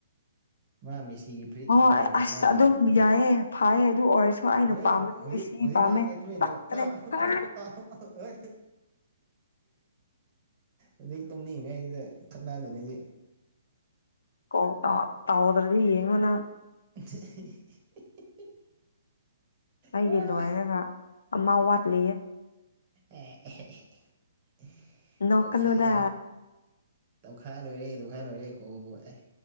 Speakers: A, on the right; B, on the left.
A: ꯃꯥ ꯃꯦꯁꯤ ꯁꯤꯒꯤ ꯐ꯭ꯔꯤ
B: ꯍꯣꯏ
A: ꯊꯝꯕ ꯂꯩꯕ꯭ꯔꯥ
B: ꯑꯁ
A: ꯃꯥꯒꯤ
B: ꯑꯗꯨꯝ
A: ꯀꯩꯅꯣꯗ
B: ꯌꯥꯏꯌꯦ ꯐꯩꯌꯦ ꯑꯗꯨ ꯑꯣꯏꯔꯁꯨ ꯑꯩꯅ
A: ꯑꯦ
B: ꯄꯥꯝꯕꯗꯤ
A: ꯍꯧꯖꯤꯛ
B: ꯃꯦꯁꯤ
A: ꯍꯧꯖꯤꯛ
B: ꯄꯥꯝꯃꯦ
A: ꯉꯥꯡꯉꯦ ꯅꯒꯤꯗꯣ
B: ꯄꯛꯇ꯭ꯔꯦ
A: ꯇꯥꯎ ꯑꯍ
B: ꯍꯥꯏ
A: ꯇꯥꯎ ꯑꯍ ꯍꯧꯖꯤꯛ ꯇꯨꯝꯅꯤꯡꯏꯉꯩꯁꯤꯗ ꯈꯠꯅꯗꯨꯅꯤꯁꯤ
B: ꯑꯣ ꯇꯥꯎ ꯇꯥꯎꯗ꯭ꯔꯗꯤ ꯌꯦꯡꯉꯣ ꯅꯪ
A: <unintelligible>
B: ꯑꯩꯒꯤ
A: ꯍꯧꯖꯤꯛ
B: ꯂꯣꯏꯔꯒ ꯑꯃ ꯋꯥꯠꯂꯤꯌꯦ
A: ꯑꯦ ꯑꯦꯍꯦ ꯑꯦꯍꯦ
B: ꯅꯣꯛꯀꯅꯨꯗ
A: ꯇꯧꯈꯥꯏꯔꯩ ꯇꯧꯈꯥꯏ ꯂꯣꯏꯔꯦ ꯇꯣꯈꯥꯏ ꯂꯣꯏꯔꯦ ꯀꯣꯕꯨ ꯑꯦ